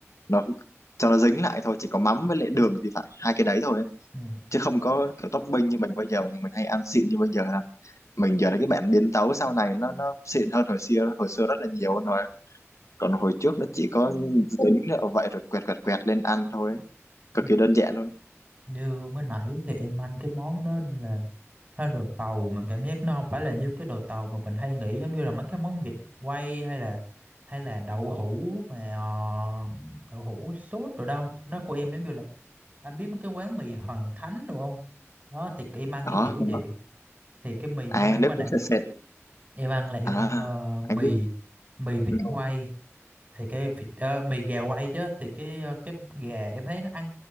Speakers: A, on the left; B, on the right.
A: nó cho nó dính lại thôi chỉ có mắm với lại đường thì phải hai cái đấy thôi ấy.
B: Ừ.
A: chứ không có kiểu topping như mình bây giờ nhưng mình hay ăn xịn như bây giờ đâu. mình giờ là cái bản biến tấu sau này nó nó xịn hơn hồi xưa hồi xưa rất là nhiều luôn rồi còn hồi trước nó chỉ có dính ở vậy rồi quẹt quẹt quẹt lên ăn thôi ấy. cực
B: Ừ.
A: kỳ đơn giản luôn
B: như mới nãy thì em ăn cái món đó là nó đồ tàu mà cảm giác nó không phải là như cái đồ tàu mà mình hay nghĩ giống như là mấy cái món vịt quay hay là hay là đậu hũ mà ờ, đậu hũ sốt rồi đâu nó của em giống như là anh biết mấy cái quán mì Hoàng Thánh đúng không đó thì em ăn
A: Có,
B: cái kiểu
A: có.
B: gì thì cái mì
A: À,
B: em ăn
A: nước
B: mà bạn
A: cũng sệt sệt.
B: em ăn là em
A: À,
B: ăn ờ, mì
A: anh biết.
B: mì vịt
A: Ừ.
B: quay thì cái vịt ờ, mì gà quay chứ thì cái ờ, cái gà em thấy nó ăn